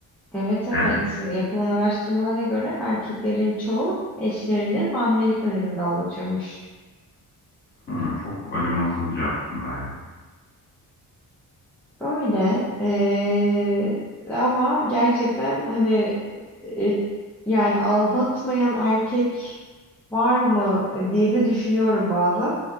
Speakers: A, in the centre; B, on the left.
A: Evet evet
B: Yani,
A: yapılan araştırmalara göre erkeklerin çoğu eşlerini hamilelik döneminde aldatıyormuş.
B: hı, çok acımasızca aslında ya.
A: Öyle eee, ama gerçekten hani e, yani aldatmayan erkek var mı diye de düşünüyorum bazen.